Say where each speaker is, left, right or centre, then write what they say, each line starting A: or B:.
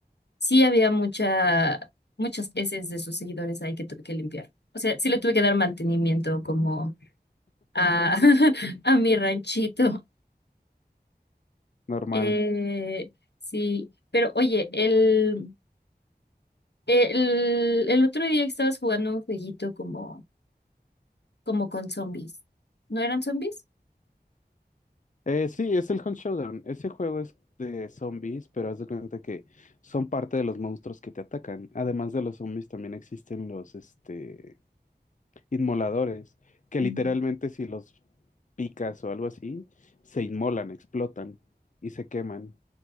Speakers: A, on the left; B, on the left.
A: Sí había mucha, muchas heces de sus seguidores ahí que tuve que limpiar. O sea, sí le tuve que dar mantenimiento como a, <laughs> a mi ranchito.
B: Normal.
A: Eh, sí, pero oye, el, el, el otro día que estabas jugando un jueguito como como con zombies. ¿No eran zombies?
B: Eh, sí, es el Hunt Showdown. Ese juego es de zombies, pero haz de cuenta que son parte de los monstruos que te atacan. Además de los zombies, también existen los, este, inmoladores, que literalmente
A: Mm.
B: si los picas o algo así, se inmolan, explotan y se queman